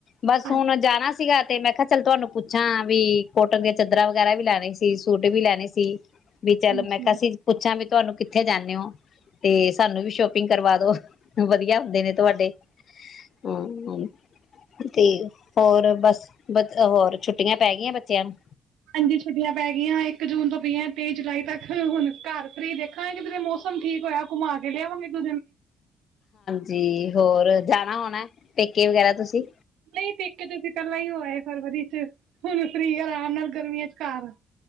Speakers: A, on the left; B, on the right.
A: ਬਸ
B: ਹਾਂਜੀ
A: ਹੁਣ ਜਾਣਾ ਸੀਗਾ ਤੇ ਮੈਂ ਕਿਹਾ ਚੱਲ ਤੁਹਾਨੂੰ ਪੁੱਛਾਂ ਵੀ ਕੋਟਨ ਦੀਆਂ ਚਾਦਰਾਂ ਵਗੈਰਾ ਵੀ ਲੈਣੇ ਸੀ ਸੂਟ ਵੀ ਲੈਣੇ ਸੀ ਵੀ ਚਲ
B: ਹਾਂਜੀ
A: ਮੈਂ ਅਸੀਂ ਪੁੱਛਾਂ ਬ ਤੁਹਾਨੂੰ ਕਿੱਥੇ ਜਾਦੇ ਹੋ ਤੇ ਸਾਨੂੰ ਵੀ ਸ਼ੋਪਿੰਗ ਕਰਵਾ ਦੋ ਵਧੀਆ ਹੁੰਦੇ ਨੇ ਤੁਹਾਡੇ ਹਮ ਤੇ ਹੋਰ ਬਸ ਬ ਹੋਰ ਛੁੱਟੀਆਂ ਪੈ ਗਈਆਂ ਬੱਚਿਆਂ ਨੂੰ
B: ਹਾਂਜੀ ਛੁੱਟੀਆਂ ਪੈ ਗਈਆਂ ਇੱਕ ਜੂਨ ਤੋਂ ਪੀਆਂ ਤੇਈ ਜੁਲਾਈ ਤੱਕ ਹੁਣ ਘਰ ਫਰੀ ਦੇਖਾਂਗੇ ਕਿਧਰੇ ਮੌਸਮ ਠੀਕ ਹੋਇਆ ਘੁੰਮਾ ਕੇ ਲਿਆਵਾਂਗੇ <unintelligible>
A: ਜੀ ਹੋਰ ਜਾਣਾ ਹੋਣਾ ਪੇਕੇ ਵਗੈਰਾ ਤੁਸੀਂ
B: ਨਹੀਂ ਪੇਕੇ ਤਾਂ ਅਸੀ ਪਹਿਲਾ ਹੀ ਹੋ ਆਏ ਫਰਵਰੀ ਚ ਹੁਨ ਫ੍ਰੀ ਅਰਾਮ ਨਾਲ ਗਰਮੀਆਂ ਚ ਘਰ